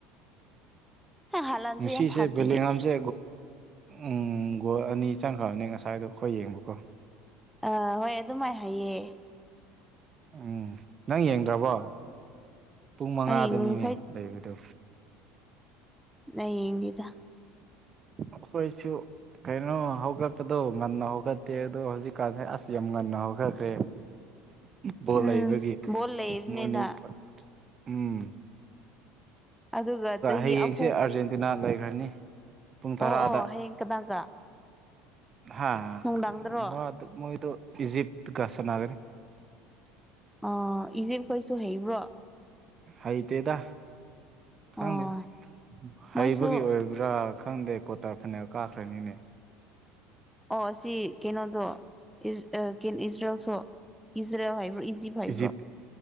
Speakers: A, in the centre; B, on the right (about 30°).
A: ꯍꯂꯥꯟꯁꯨ
B: ꯉꯅꯨꯡꯁꯤꯁꯦ
A: ꯌꯥꯝ ꯐꯕꯗꯨꯗꯤ
B: ꯕꯦꯂꯉꯝꯁꯦ ꯎꯝ ꯒꯣꯜ ꯑꯅꯤ ꯆꯪꯈ꯭ꯔꯕꯅꯦ ꯉꯁꯥꯏꯗꯣ ꯑꯩꯣꯏ ꯌꯦꯡꯕꯀꯣ
A: ꯑ ꯍꯣꯏ ꯑꯗꯨꯃꯥꯏ ꯍꯥꯏꯌꯦ꯫
B: ꯎꯝ ꯅꯪ ꯌꯦꯡꯗ꯭ꯔꯕꯣ꯫ ꯄꯨꯡ ꯃꯉꯥꯗꯅꯤꯅꯦ
A: ꯑꯩ ꯉꯁꯥꯏ
B: ꯂꯩꯕꯗꯨ꯫
A: ꯅꯩ ꯌꯦꯡꯗꯦꯗ
B: ꯑꯈꯣꯏꯁꯨ ꯀꯩꯅꯣ ꯍꯧꯒꯠꯄꯗꯣ ꯉꯟꯅ ꯍꯧꯒꯠꯇꯦ ꯑꯗꯣ ꯍꯧꯖꯤꯛꯀꯥꯟꯁꯦ ꯑꯁ ꯌꯥꯝ ꯉꯟꯅ ꯍꯧꯒꯠꯈ꯭ꯔꯦ꯫ ꯕꯣꯜ
A: ꯎꯝ
B: ꯂꯩꯕꯒꯤ
A: ꯕꯣꯜ ꯂꯩꯕꯅꯤꯅ
B: ꯃꯣꯔꯅꯤꯡ ꯎꯝ꯫
A: ꯑꯗꯨꯒ ꯆꯍꯤ
B: ꯍꯌꯦꯡꯁꯦ
A: ꯑꯍꯨꯝ
B: ꯑꯥꯔꯖꯦꯟꯇꯤꯅꯥ ꯂꯩꯈ꯭ꯔꯅꯤ ꯄꯨꯡ ꯇꯔꯥꯗ
A: ꯑꯣ ꯑꯣ ꯍꯌꯦꯡ ꯀꯅꯥꯒ꯫
B: ꯍꯥ
A: ꯅꯨꯡꯗꯥꯡꯗꯔꯣ
B: ꯃꯥꯗꯣ ꯃꯣꯏꯗꯣ ꯏꯖꯤꯞꯇꯒ ꯁꯟꯅꯒꯔꯤ꯫
A: ꯑ ꯏꯖꯤꯞꯈꯣꯏꯁꯨ ꯍꯩꯕ꯭ꯔꯣ꯫
B: ꯍꯩꯇꯦꯗ ꯈꯪꯗꯦ
A: ꯑꯣ ꯃꯣꯏꯁꯨ
B: ꯍꯩꯕꯒꯤ ꯑꯣꯏ ꯄꯨꯔꯥ ꯈꯪꯗꯦ ꯀꯣꯇꯥꯔ ꯐꯅꯦꯜ ꯀꯥꯈ꯭ꯔꯅꯤꯅꯦ꯫
A: ꯑꯣ ꯁꯤ ꯀꯩꯅꯣꯗꯣ ꯏꯖꯔꯦꯜꯒꯤ ꯏꯖꯔꯦꯜꯁꯨ ꯏꯖꯔꯦꯜ ꯍꯥꯏꯕ꯭ꯔꯥ ꯏꯖꯤꯞ ꯍꯥꯏꯕ꯭ꯔꯣ
B: ꯏꯖꯤꯞ